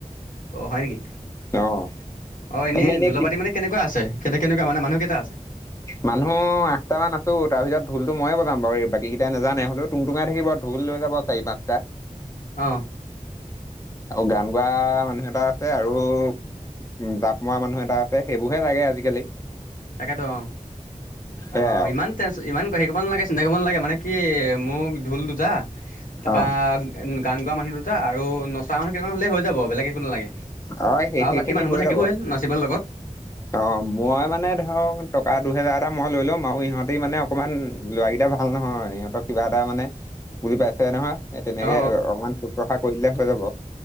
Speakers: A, on the left; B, on the left.
A: অ হয় নেকি
B: অ
A: অ এনেই
B: তাকে
A: ঢোলৰ
B: কি
A: পাৰ্টী মানে কেনেকুৱা আছে সেদে কেনেকুৱা মানে মানুহ কেইটা আছে
B: মানুহ আঠটামান আছো তাৰ ভিতৰত ঢোলতো ময়ে বজাম বাৰু বাকী কেইটাই নাজানে টুং টুঙাই থাকিব ঢোল লৈ যাব চাৰি পাঁচটা
A: অ
B: গান গোৱা মানুহ এটা আছে আৰু উম জাপ মৰা মানুহ এটা আছে সেইবোৰহে লাগে আজিকালি
A: তাকেতো অ
B: সেয়াই
A: অ
B: আৰু
A: ইমান টেন ইমান সেই কৰিব নালাগে চিন্তা কৰিব নালাগে মানে কি মোক ঢোল দুটা তাৰপা
B: অ',
A: গান গোৱা মানুহ দুটা আৰু নচ তাওন কেইটামান হ'লে হৈ যাব বেলেগ একো নালাগে
B: অ', সেই
A: আৰু
B: সেইখিনি
A: বাকী মানুহবোৰ
B: হৈ
A: থাকিবই
B: যাব।
A: নাচিব লগত
B: অ মই মানে ধৰক টকা দুহেজাত এটা মই লৈ ল'ম আৰু ইহঁতে মানে অকমান লৰাকেইটা ভাল নহয় ইহঁতৰ কিবা এটা মানে বুজি পাইছাই নহয় তেনেকে
A: অ অ
B: অকমান শুশ্ৰূষা কৰি দিলে হৈ যাব